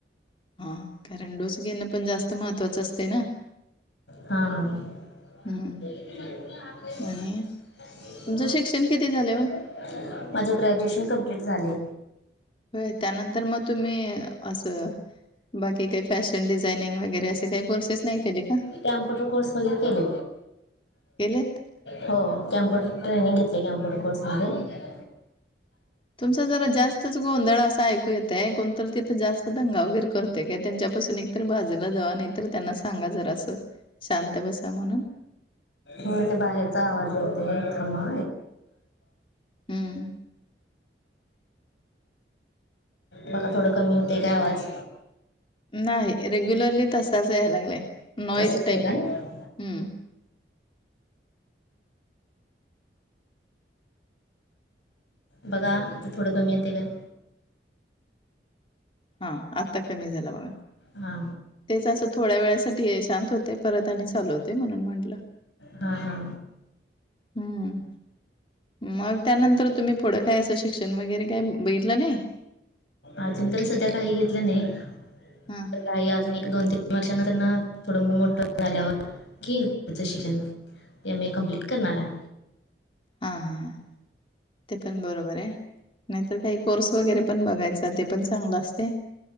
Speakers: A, on the left; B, on the left.
A: हा कारण डोस घेणं पण जास्त महत्वाचं असते ना
B: हा हा <inaudible> <unintelligible>
A: हम्म आणि तुमचं शिक्षण किती झालंय ओ?
B: माझ ग्रॅज्युएशन कंप्लीट झाले
A: हो त्यानंतर मग तुम्ही असं बाकी काही फॅशन डिझायनिंग असे काही कोर्सेस नाही केले का?
B: कॅम्प्युटर कोर्स वगैरे केले
A: केलेत?
B: हो कॅम्प्युटर ट्रेनिंग घेतली कॅम्प्युटर कोर्समध्येध्ये
A: तुमचा जरा जास्तच गोंधळ असा ऐकू येतय कोणतरी तिथं जास्त दंगावगैर करते का त्यांच्यापासून एक जरा बाजूला जावा नाही तर त्यांना सांगा जरा अस शांत बसा म्हणून
B: हो ते बाहेरचा आवाज येतथमा
A: हम्म
B: बघ थोडं कमी होतय काय आवाज
A: नाही रेग्युलरली तसाच यायला लागलाय नॉईज
B: तसंच आहे
A: टाप
B: काय
A: ह्
B: बघा आता थोडं कमी येते काय
A: हा आत्ता कमी झाला बघा
B: हा
A: तेच असं थोड्या वेळासाठी शांत होतय परत आणि चालवते म्हणून म्हंटलं
B: हा हा
A: हम्म ह त्यानंतर तुम्ही पुढं काय असं शिक्षण वगैरे काय बगिटलं नाही
B: अजून तरी सध्या काही घेतलं नाही
A: हा
B: तर काही अजून एक दोन तीन वर्षां त्यांना थोडं मुल मोठ झाल्यावर कीच शिक्षणम ए कमप्लीट करणार आहे
A: हा हा ते पण बरोबर आहे नाहीतर काही कोर्स वगैरे पण बघायचा ते पण चांगलं असते